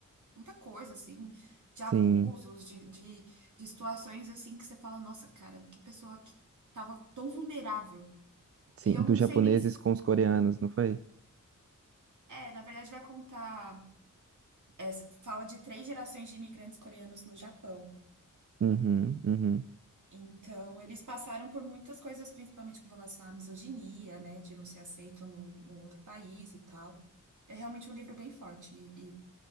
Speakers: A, on the right; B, on the right.
A: muita coisa, assim, de
B: Sim,
A: abusos, de, de, de situações, assim, que você fala, nossa, cara, que pessoa que tava tão vulnerável.
B: sim,
A: E eu
B: dos
A: não sei
B: japoneses
A: nem. se-
B: com os coreanos, não foi?
A: É, na verdade, vai contar. essa- fala de três gerações de imigrantes coreanos no Japão.
B: Uhum, uhum.
A: Então, eles passaram por muitas coisas, principalmente com relação à misoginia, né, de não ser aceito num, num outro país e tal. É realmente um livro bem forte e, e